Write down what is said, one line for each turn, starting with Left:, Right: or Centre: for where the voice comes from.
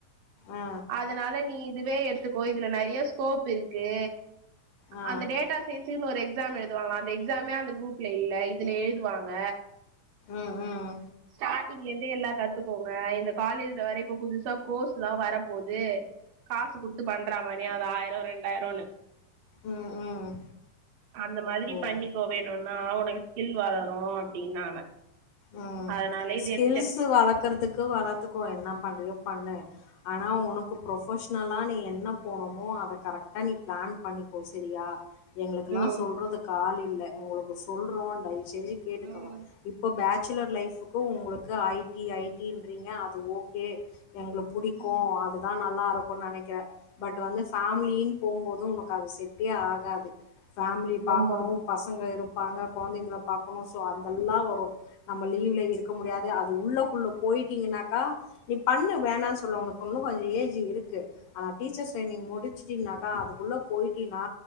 Left: ஆ
Right: அதனால நீ இதுவே எடுத்துக்கோ இதுல நெறிய ஸ்கோப் இருக்கு
Left: ஆ
Right: அந்த டேட்டா சயின்ஸ்னு ஒரு எக்ஸ் க்ஸாம் எழுதுவாங்களா அந்த எக்ஸாமே அந்த குரூப்ல இல்ல இதுல எழுதுவாங்க.
Left: ம் ம்
Right: ஸ்டாரிங்ல இருந்தே எல்லா கத்துக்கோங்க இந்த காலேஜ்ல வேற இப்ப புதுசா கோர்ஸ்லா வரப்போது காசு குடுத்து பண்ற மானியா அது ஆயிரொ ரெண்டாயிரொன்னு
Left: ம் ம்
Right: அந்த மாதிரி
Left: ஓ
Right: பண்ணிக்கோ வேணுனா உனக்கு ஸ்கில் வளரு அப்டின்னாங்க
Left: ம்
Right: அதனால இது
Left: ஸ்கில்ஸ்
Right: எடுத்துட்டேன்
Left: வளக்கறதுக்கு வளத்துக்கோ என்ன பண்றியோ பண்ணு ஆனா உனக்கு ப்ரொஃபஷ் னலா நீ என்ன போனுமோ அத கரெக்டா நீ பிளான் பண்ணிப்போ சரியா எங்களுக்குல்லா
Right: ம்
Left: சொல்றதுக்கு ஆள் இல்ல உங்குளுக்கு சொல்றோ தயவு செஞ்சு கேட்டுக்கோங்க
Right: ம்
Left: இப் பேச்சுலர் லைஃப்க்கு உங்களுக்கு ஐ டி ஐ டி ன்றீங்க அது ஓகே எங்களுக் புடிக்கு
Right: ம்
Left: அதுதா நல்லாருக்கு நெனைக்கிற பட் வந்து ஃபேமிலின்னு போகும்போதும் உனக் க அது செட்டே ஆகாது ஃபேமிலி பாக்கணும்
Right: ஆமா
Left: பசங்க இருப் பாங்க கொழந்தைங்கள பாக்கணு சோ அதெல்லா வரு நம்ம லீவ்ல இருக்க முடியாது அது உள்ளக்குள்ள போயிட்டீங்கன்னாக்கா நீ பண்ணு வேணான் சொல்லோணு க்கொன்னு கொஞ்சொ ஏஜ் இருக்கு ஆனா டீச்சர்ஸ் ட்ரைனிங் முடிச்சுட்டினாக்கா அதுக்குள்ள போயிட் ட்டினா